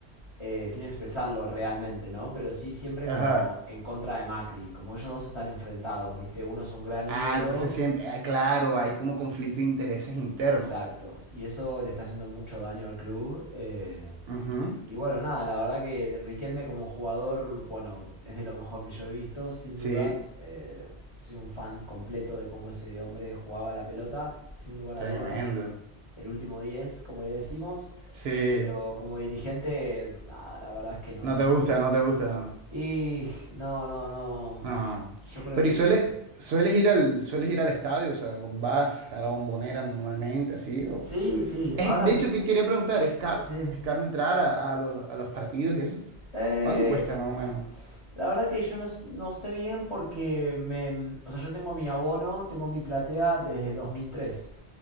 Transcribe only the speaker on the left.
eh, sin expresarlo realmente, ¿no? Pero sí siempre
como en contra de Macri, como ellos dos están enfrentados, ¿viste? Uno es un gran
ídolo
Exacto. Y eso le está haciendo mucho daño al club. eh,
y bueno, nada, la verdad que Riquelme como jugador, bueno, es de lo mejor que yo he visto, sin
dudas. eh, soy un fan completo de cómo ese hombre jugaba la pelota, sin lugar
a dudas. El último 10, como le decimos.
Pero como dirigente, nada, la verdad es que no.
Y no, no, no.
Yo creo
que...
Sí, sí,
ahora
se...
Sí.
Eh,
La verdad que yo no, s- no sé bien porque me, o sea, yo tengo mi abono, tengo mi platea desde 2003